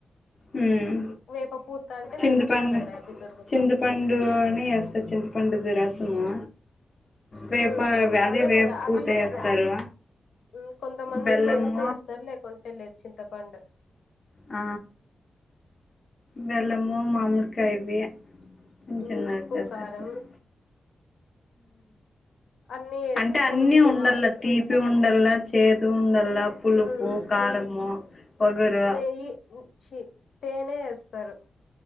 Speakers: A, on the left; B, on the left.
A: హుమ్మ్
B: వేప పూత అంటే
A: చింతపండ్,
B: వేప చెట్లు ఉన్నాయి అవి దొరుకుతది
A: చింతపండుని ఏస్తా చింతపండుది రసము. వేప
B: ఉమ్ అదే
A: వేప
B: కదా,
A: పూత
B: అది
A: వేస్తారు
B: ఉమ్ కొంతమంది
A: బెల్లము
B: ఏస్తే ఏస్తారు, లేకుంటే లేద్ చింతపండు.
A: ఆ బెల్లము, మామిడికాయవి చిన్న,
B: ఉమ్
A: చిన్నతే
B: ఉప్పు
A: ఏసేస్తరు.
B: కారం అన్ని వేసి
A: అంటే
B: కొన్ని
A: అన్నీ ఉండల్లా,
B: వాటర్
A: తీపి ఉండల్లా చేదు ఉండల్లా పులుపు
B: ఉమ్
A: కారము వగరు
B: నెయ్యి ఉమ్ ఛీ తేనే ఏస్తారు.